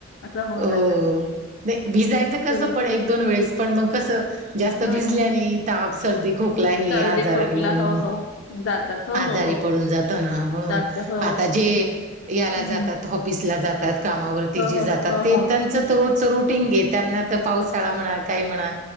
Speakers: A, on the left; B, on the right.
A: असं होऊन
B: हो
A: जात.
B: नाही भिजायचं कसं
A: चल
B: पण एक दोन वेळेस पण मग कसं जास्त
A: हम्म
B: भिजल्या ने ताप, सर्दी, खोक कला हे
A: सर्दी
B: आजार
A: खोकला
B: येऊन
A: हो हो जातात हो
B: आजारी
A: हो हो
B: पडून जातो ना म्हणून
A: जात हो
B: आता जे याला
A: हम्म
B: जातात हॉपिसला जातात कामावरती
A: हो
B: जे
A: हो
B: जातात.
A: हो हो
B: त्यांच तर रोजच रुटींग हे त्यांना तर पावसाळा म्हणा, काय म्हणा.